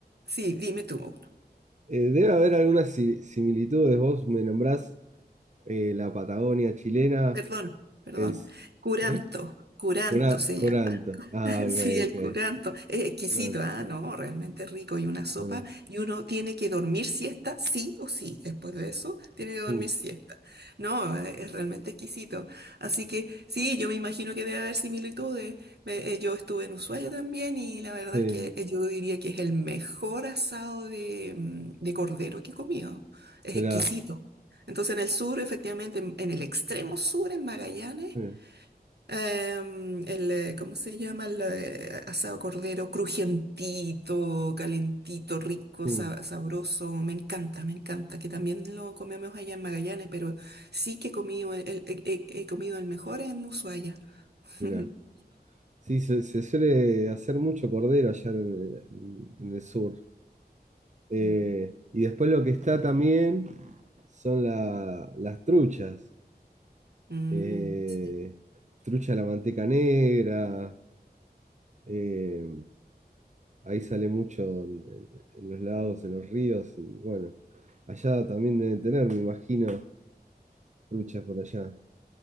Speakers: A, on the right; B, on the right.
A: sí, dime tú uno.
B: Eh, debe haber algunas si- similitudes. Vos me nombrás eh, la Patagonia chilena,
A: Perdón, perdón.
B: el... s-
A: Curanto,
B: ¿Eh?
A: Curanto
B: Cora-
A: se
B: Coranto.
A: llama.
B: Ah,
A: <laughs>
B: ok,
A: Sí, el
B: ok.
A: curanto es exquisito,
B: Coranto.
A: ah, no, realmente rico y una sopa
B: Mira,
A: y uno tiene que dormir siesta, sí o sí, después de eso tiene que dormir
B: mm,
A: siesta. No, eh, es realmente exquisito. Así que sí, yo me imagino que debe haber similitudes. Me- eh, yo estuve en Ushuaia también y la
B: sí,
A: verdad es que eh, yo diría que es el mejor asado de, mm, de cordero que he comido. Es
B: mira,
A: exquisito. Entonces en el sur, efectivamente, en en el extremo sur, en Magallanes,
B: sí,
A: Em, el, eh, ¿cómo se llama? El eh, asado cordero, crujientito, calentito, rico,
B: mm,
A: sa- sabroso. Me encanta, me encanta. Que también lo comemos allá en Magallanes, pero sí que he comido el, el- he he- he comido el mejor en Ushuaia.
B: mira.
A: <laughs>
B: Sí, se, se suele hacer mucho cordero allá en el, en el sur. Eh,
A: Mm.
B: y después lo que está también son la- las truchas.
A: Mm,
B: Eh,
A: sí.
B: trucha a la manteca negra. eh, ahí sale mucho en, en los lagos, en los ríos. Y bueno, allá también deben tener, me imagino, truchas por allá.